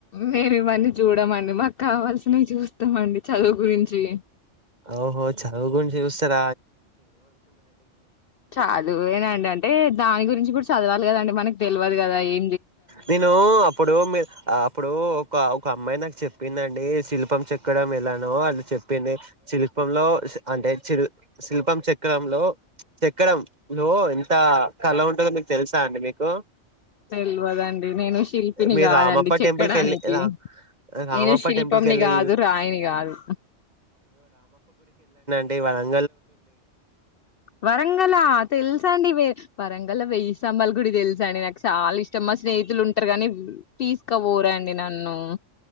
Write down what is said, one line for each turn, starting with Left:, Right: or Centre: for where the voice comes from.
Left: మేమి ఇవన్నీ చూడమండి మాకు కావల్స చూస్తామండి చదువు గురించి
Right: ఓహా చవు గు శస్త సర
Left: చాలు ఏనాంటడి అంటే దాని గురించి కూడా చదవాలి కదండి మనకు తెలియదు కదా ఏ
Right: నేను అప్పుడు మీ అప్పుడు ఒక ఒక అమ్మాయి నాకు చెప్ చెప్పిందండి శిల్పం చెక్కడం ఎలానో అది చెప్పింది శిల్పంలో అంటేల్ శిల్పం చెక్కడంలో చెక్కడ లో ఎంత కళ ఉంటుందో మీకు తెలుసా అండి మీకు
Left: తెలివదండి నేను శిల్పిని
Right: మీరు
Left: కాదండి
Right: రామప్ప
Left: చెక్కడానికి
Right: టెంపుల్ కి వెళ్ళి రా రామప్ప
Left: నేను శిల్పంని
Right: టెంపుల్ కి వెళ్ళి
Left: కాదు రాయిని కాదు
Right: ళ్
Left: వరంగలా అ తెల్సా అండి వే వరంగల్ వెయ్యి సంబల్ గుడి తెలుసాండి నాకు చాలా ఇష్టంమా స్నేహితులు ఉంటారు కాగానీ తీసుక పోరాండి నన్ను